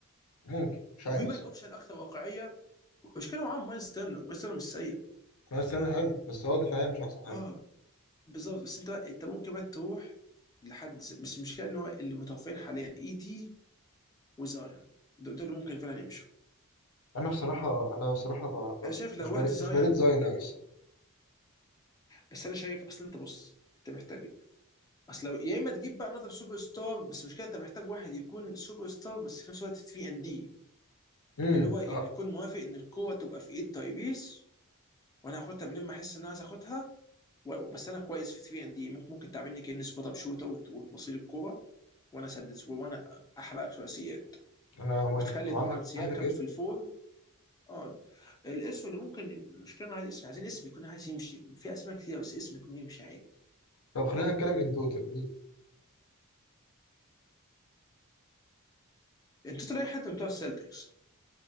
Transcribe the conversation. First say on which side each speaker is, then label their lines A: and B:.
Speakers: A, on the left; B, on the left.
A: ممكن مش عارف
B: وفي بقى
A: الصراحه
B: الاوبشن الاكثر واقعيه المشكله معاهم مايلز تيرنر مايلز تيرنر مش سيء
A: هو استنى حلو بس هو دفاعيا مش احسن حاجه
B: اه بالظبط بس انت انت ممكن بقى تروح لحد ز- بس المشكله ان هو اللي متوفرين حاليا اي دي وزايون دو- دول اللي ممكن فعلا يمشوا
A: انا بصراحه انا بصراحه ب... ب...
B: انا شايف لو
A: مش بريد
B: رحت زايون
A: مش بريد زاين قوي الصراحه
B: بس انا شايف اصل انت بص انت محتاج اصل لو يا اما تجيب بقى نظر سوبر ستار بس المشكله انت محتاج واحد يكون سوبر ستار بس في نفس الوقت 3 ان دي
A: امم
B: اللي هو يعني
A: اه
B: يكون موافق ان القوه تبقى في ايد تايبيس وانا هاخدها منين ما احس ان انا عايز اخدها و- بس انا كويس في 3 ان دي ممكن ممكن تعملني كاني سبوت اب شوتر وت- وتبصيل الكوره وانا اسدد وانا احرقك ثلاثيات
A: انا موافق
B: وتخلي
A: طب عندك
B: طبعا سياكم
A: عندك اسم
B: في الفور اه الاسم اللي ممكن مش كلنا عايز اسم عايزين اسم يكون عايز يمشي في اسماء كتير بس اسم يكون يمشي عادي
A: طب خلينا نتكلم ان توتال
B: التوتال اي حد من بتوع السلتكس